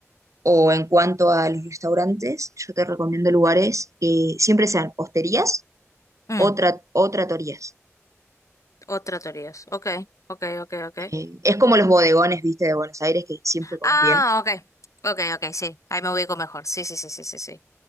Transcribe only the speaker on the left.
Mm,
otro teorías. Ok, ok, ok, ok.
Ah,
ok, ok, ok, sí. Ahí me ubico mejor. Sí, sí, sí, sí, sí, sí.